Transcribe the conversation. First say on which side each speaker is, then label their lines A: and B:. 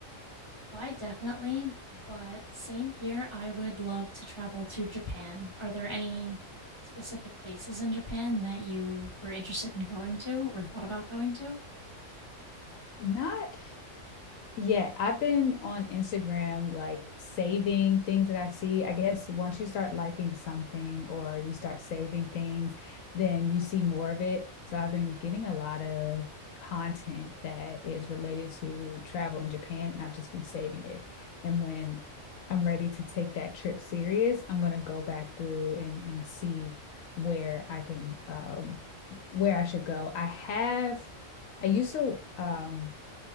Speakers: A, on the left (about 20°); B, on the left (about 80°).
A: Why, definitely, but same here. I would love to travel to Japan. Are there any specific places in Japan that you were interested in going to or thought about going to?
B: Not Yeah, I've been on Instagram like saving things that I see. I guess once you start liking something or you start saving things, then you see more of it. So I've been getting a lot of content that is related to travel in Japan, and I've just been saving it. And when I'm ready to take that trip serious, I'm gonna go back through and and see where I can um where I should go. I have I used to um